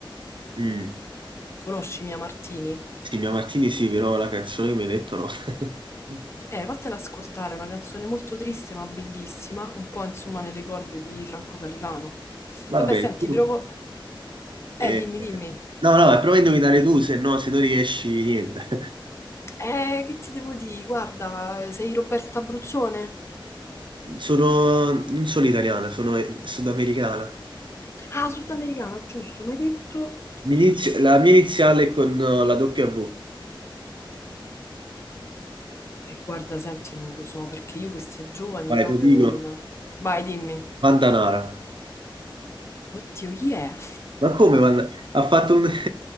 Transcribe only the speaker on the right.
Mm.
Sì, Mia Martini sì, però la canzone che mi hai detto no. <laughs>
Vabbè,
tu...
eh,
No, no, prova a indovinare tu, se no, se non riesci, niente.
<laughs> Sono... non sono italiana, sono eh, sudamericana.
Mi inizio- la mia iniziale è con eh, la W.
Vai,
te lo dico.
Vandanara.
Ma come Vanda- Ha fatto un... <laughs>